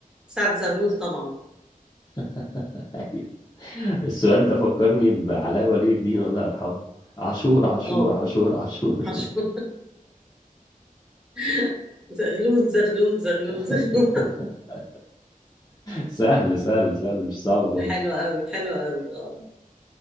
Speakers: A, in the centre; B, on the left.
A: سعد زغلول طبعا
B: <laughs> ايوه السؤال ده فكرني بعلاء ولي الدين الله يرحمه عاشور عاشور
A: أه
B: عاشور عاشور
A: مشهور. <laughs> زغلول زغلول زغلول
B: <laughs>
A: زغلول
B: سهل سهل سهل مش صعب
A: <laughs>
B: خالص
A: حلو قوي حلو قوي أه